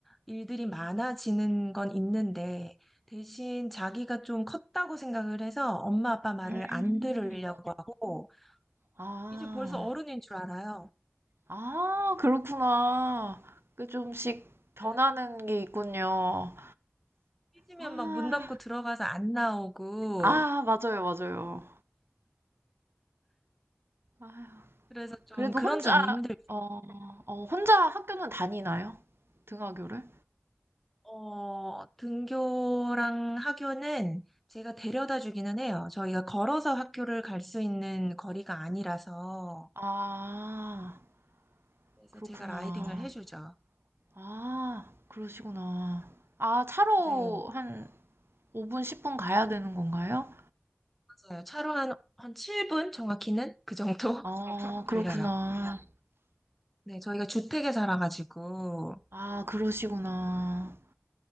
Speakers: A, in the centre; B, on the right (about 65°).
A: 일들이 많아지는 건 있는데, 대신 자기가 좀 컸다고 생각을 해서 엄마 아빠 말을
B: 음,
A: 안 들으려고 하고,
B: 아,
A: 이제 벌써 어른인 줄 알아요.
B: 아, 그렇구나. 그 좀씩 변하는
A: 네,
B: 게 있군요.
A: 삐지면
B: 아,
A: 막 문 닫고 들어가서 안 나오고,
B: 아, 맞아요, 맞아요. 아휴,
A: 그래서 좀
B: 그래도
A: 그런
B: 혼자,
A: 점이 힘들죠.
B: 어, 어, 혼자 학교는 다니나요? 등하교를?
A: 어, 등교랑 학교는 제가 데려다 주기는 해요. 저희가 걸어서 학교를 갈 수 있는 거리가 아니라서.
B: 아.
A: 그래서
B: 그렇구나.
A: 제가 라이딩을 해주죠.
B: 아, 그러시구나. 아, 차로
A: 네,
B: 한 5분, 10분 가야 되는 건가요?
A: 맞아요. 차로 한, 한 7분? 정확히는? 그 정도
B: 아,
A: <laughs> 걸려요.
B: 그렇구나.
A: 네, 저희가 주택에 살아가지고.
B: 아, 그러시구나.